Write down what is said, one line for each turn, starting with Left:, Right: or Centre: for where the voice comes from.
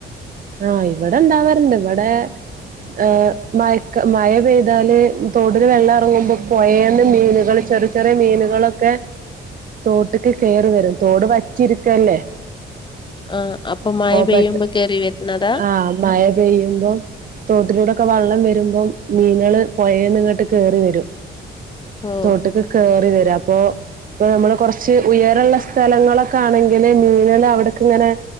Right: ആഹ് ഇവടെ ഇണ്ടാവാറുണ്ട് ഇവടെ. ആഹ് മയക്ക മഴ പെയ്താല് തോടില് വെള്ളം ഇറങ്ങുമ്പോ പൊയേന്ന് മീനുകള് ചെർ ചെറിയ മീനുകളൊക്കെ. തോട്ട്ക്ക് കേറി വരും തോട് വറ്റിരിക്കല്ലേ.
Left: ആഹ് അപ്പൊ മഴ പെയ്യുമ്പോ
Right: പെട്ട
Left: കേറി വര്ന്നതാ?
Right: ആഹ് മയ പെയ്യുമ്പോം തോട്ടിലൂടെക്കെ വള്ളം വരുമ്പോം മീൻങ്ങള്. പൊഴേന്ന് ഇങ്ങട്ട് കേറിവരും
Left: ഓഹ്
Right: തോട്ട്ക്ക് കേറിവരും അപ്പോ പ്പൊ നമ്മള് കൊർച്ച് ഉയരള്ള സ്ഥലങ്ങളൊക്കെ ആണെങ്കില് മീനേള് അവ്ട്ക്ക്ങ്ങനെ.